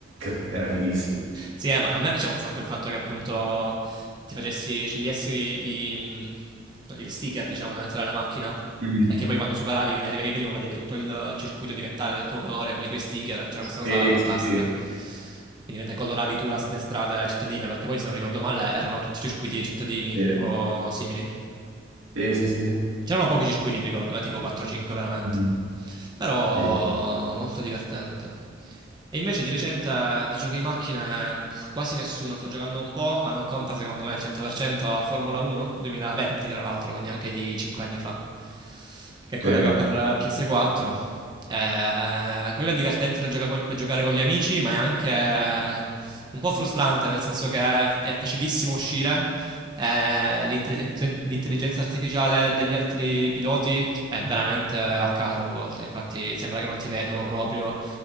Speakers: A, on the right (about 85°); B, on the right (about 20°).
A: perché era fighissimo.
B: Sì, eh, ma a me piaceva un sacco il fatto che appunto ti facessi, scegliessi i- gli sticker, diciamo, da mettere alla macchina.
A: Mm.
B: E che poi quando superavi, quindi arrivavi primo, vedevi tutto il circuito diventare del tuo colore con i tuoi sticker, c'era
A: Sì,
B: questa cosa fantastica.
A: sì, sì.
B: Quindi mentre coloravi tu la- le strade cittadine, perché poi se non ricordo male erano tutti circuiti cittadini
A: Sì,
B: o simili.
A: sì, sì.
B: C'erano pochi circuiti, mi ricordo, eh, tipo 4-5 veramente.
A: Mm.
B: Però
A: Sì.
B: molto divertente. E invece di recente di giochi di macchine pff, quasi nessuno, sto giocando un po', ma non conta secondo me al 100% a Formula 1 2020 tra l'altro, quindi anche di 5 anni fa che è quello
A: Sì,
B: che ho per PS4. Eh, quello è divertente da, gioca- da giocare con gli amici, ma è anche eh, un po' frustrante, nel senso che è facilissimo uscire. eh, l'intelligen- l'intelligenza artificiale degli altri piloti è veramente a caso a volte, infatti sembra che non ti vedono proprio,